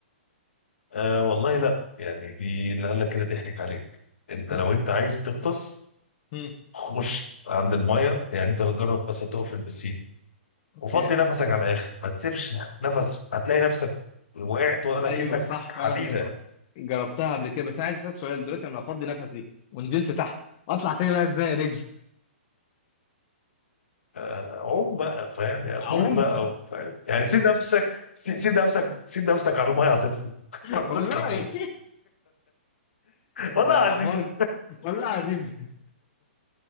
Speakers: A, on the left (about 85°); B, on the left (about 35°).
A: آه والله لا يعني دي اللي قال لك كده ضحك عليك انت
B: <laughs>
A: لو انت عايز تغطس
B: مم.
A: خش عند المايه يعني انت بتجرب بس تقف في البسين
B: اوكي
A: وفضي نفسك على الاخر ما تسيبش نفس هتلاقي نفسك وقعت ولا
B: ايوه
A: كأنك
B: صح
A: حديدة
B: فعلا جربت جربتها قبل كده بس انا عايز اسالك سؤال دلوقتي لما افضي نفسي ونزلت تحت اطلع تاني بقى ازاي يا رجل
A: آه، عوم بقى فاهم يعني
B: اعوم
A: موت بقى فاهم يعني سيب نفسك سي- سيب نفسك سيب نفسك على المايه هتطفو <laughs>
B: <laughs>
A: هتطلع
B: والله
A: فوق والله
B: ده ده
A: العظيم
B: حوار والله عظيم